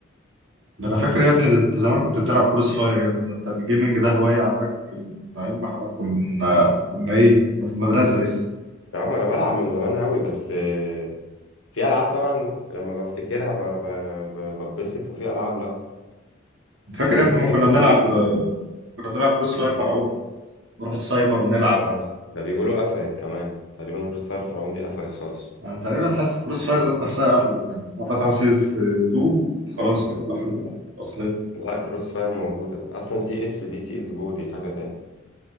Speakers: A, on the right; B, on the left.
A: ده انا فاكر يا ابني ده انت زمان كنت بتلعب كروس فاير يا ابني ده انت الجيمنج ده هواية عندك من ايام ما احنا كنا كنا ايه كنا في المدرسة لسه
B: رغم انا بلعب من زمان قوي بس آه، في العاب طبعا لما بفتكرها ب- ب- ب- ببسط وفي العاب لا
A: فاكر
B: يعني ريمبو
A: يا ابني
B: 6
A: ما كنا بنلعب
B: دي ما
A: كنا بنلعب كروس فاير فرعون نروح السايبر ونلعب
B: اه ده بيقولوا قفلت كمان تقريبا كروس فاير فرعون دي قفلت خالص
A: انا تقريبا حاسس كروس فاير ذات نفسها قفلت يعني هم فتحوا سيز 2 خلاص كده قفلت اصلا
B: لا كروس فاير موجودة اصلا سي اس دي سي اس جو دي حاجة تاني